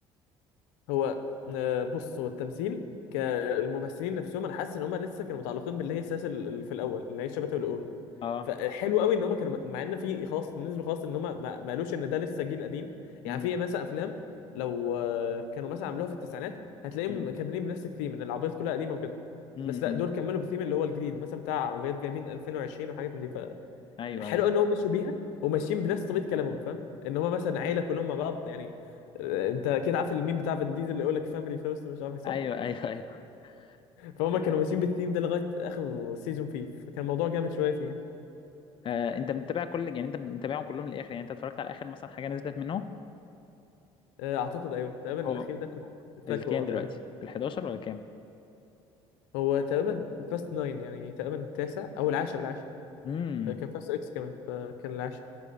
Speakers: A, on the left; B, on the left.
A: هو آه، بص هو التمثيل كالممثلين نفسهم انا حاسس ان هم لسه كانوا متعلقين باللي هي السلاسل اللي في الاول اللي هي الشبكه الاولى
B: اه
A: فحلو قوي ان هم كانوا مع ان في خلاص نزلوا خلاص ان هم ما ما قالوش ان ده لسه جيل قديم يعني
B: امم
A: في مثلا افلام لو آه، كانوا مثلا عملوها في التسعينات هتلاقيهم
B: امم
A: مكملين بنفس الثيم ان العربيات كلها قديمه وكده
B: امم
A: بس لا دول كملوا بالثيم اللي هو الجديد مثلا بتاع عربيات جايبين 2020 وحاجات من دي
B: ايوه
A: فحلو
B: ايوه
A: ان هم مشوا بيها وماشيين بنفس طريقه كلامهم فاهم ان هم مثلا عيله كلهم مع بعض يعني آه، انت كده عارف الميم بتاع فان ديزل اللي يقول لك فاميلي فيرست مش عارف إيه، صح
B: ايوه ايوه ايوه
A: فهم
B: آه،
A: كانوا ماشيين بالثيم ده لغايه اخر سيزون فيه فكان الموضوع جامد شويه فيها
B: آه، انت متابع كل يعني انت متابعهم كلهم للاخر يعني انت اتفرجت على اخر مثلا حاجة نزلت منه
A: آه، اعتقد ايوه تقريبا الاخير
B: هو
A: ده كنت فاكره
B: الكام
A: اه تقريبا
B: دلوقتي؟ ال 11 ولا كام؟
A: هو تقريبا فاست ناين يعني تقريبا التاسع او العاشر العاشر
B: امم
A: آه، كان فاست اكس كمان فكان العاشر